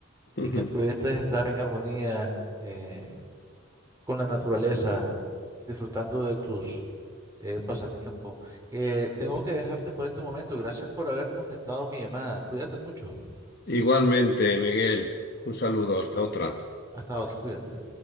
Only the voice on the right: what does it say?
y
que pudiste estar en armonía eh, con la naturaleza, disfrutando de tus eh, pasatiempos. Eh, tengo que dejarte por este momento. Gracias por haber contestado mi llamada. Cuídate mucho.
Hasta otra, cuídate.